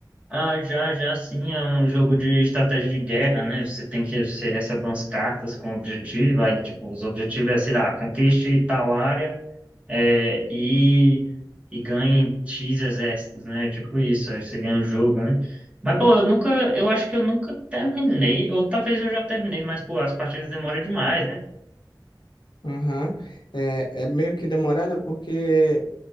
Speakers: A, on the right (about 15°); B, on the left (about 80°).
A: Ah, já, já sim, é um jogo de estratégia de guerra, né? Você tem que, você recebe umas cartas com objetivo, aí, tipo, os objetivos é, sei lá, conquiste tal área é, e, e ganhe X exércitos, né? Tipo isso, aí você ganha o jogo, né? Mas, pô, eu nunca, eu acho que eu nunca terminei, ou talvez eu já terminei, mas, pô, as partidas demoram demais, né?
B: Aham. É, é meio que demorado porque,